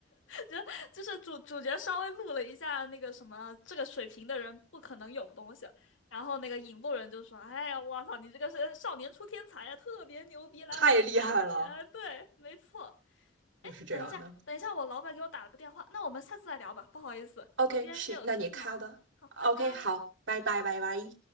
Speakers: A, on the left (about 85°); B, on the right (about 75°).
A: 就就是主主角稍微录了一下那个什么这个水平的人不可能有的东西，然后那个引路人就说：“哎呀，我操，你这个是少年出天才呀，特别牛逼，来，
B: 太厉害了，
A: 我来带你。”啊，对，没错。
B: 就是这样的。
A: 等一下，等一下，我老板给我打了个电话，那我们下次再聊吧，不好意思，
B: OK，
A: 我今天先有事去忙了。
B: 行，那你卡的。
A: 好，
B: OK，
A: 拜拜。
B: 好，拜拜，拜拜。